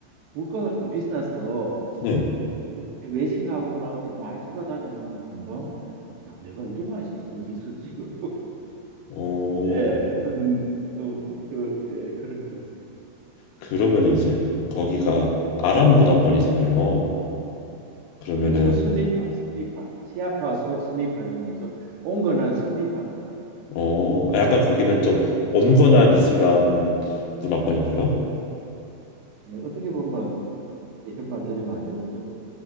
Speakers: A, on the right; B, on the left.
A: 물가가 좀 비싸서
B: 네.
A: 렇게 외식하거나 어디 많이 돌아다니고 하면 금방 야 내가 이래 많이 써서 어디 있었지? <laughs>
B: 어,
A: 예, 하여튼 좀 그런 예, 그런 것 같습니다.
B: 그러면 이제 거기가
A: 네.
B: 아랍 문화권이잖아요. 그러면은
A: 그렇죠. 순위파, 순위파, 시아파, 소, 순위파 중에 좀 온건한 순위파입니다.
B: 어, 아, 약간 거기는 좀 온건한 이슬람 문화권인가요?
A: 예, 어떻게 보면 이런 말 드리면 안 되는 좀